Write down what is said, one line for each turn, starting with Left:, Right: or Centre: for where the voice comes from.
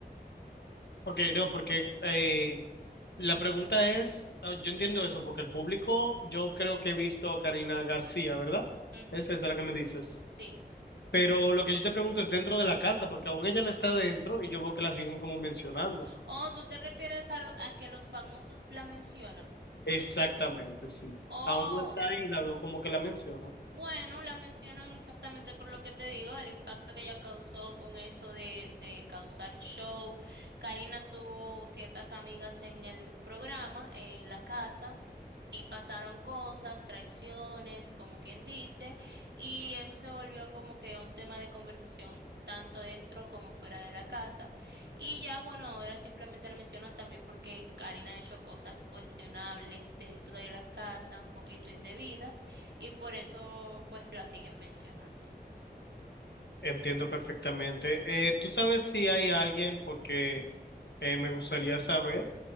Left: Ok, no, porque eh, la pregunta es, ah, yo entiendo eso, porque el público, yo creo que he visto a Karina García, ¿verdad?
Right: Ujú,
Left: Esa es la que me dices.
Right: sí.
Left: Pero lo que yo te pregunto es dentro de la casa, porque aún ella no está dentro y yo veo que la siguen como mencionando.
Right: Oh, ¿tú te refieres a, lo- a que los famosos la mencionan?
Left: Exactamente, sí.
Right: Oh,
Left: Aún no está ahí y la veo como que la menciono.
Right: bueno, la mencionan exactamente por lo que te digo, el impacto que ella causó con eso de, de causar show. Karina tuvo ciertas amigas en el programa, en la casa. Y pasaron cosas, traiciones, como quien dice, y eso se volvió como que un tema de conversación tanto dentro como fuera de la casa. Y ya, bueno, ahora simplemente la mencionan también porque Karina ha hecho cosas cuestionables dentro de la casa, un poquito indebidas, y por eso pues la siguen mencionando.
Left: Entiendo perfectamente. Eh, ¿tú sabes si hay alguien porque... Eh, me gustaría saber,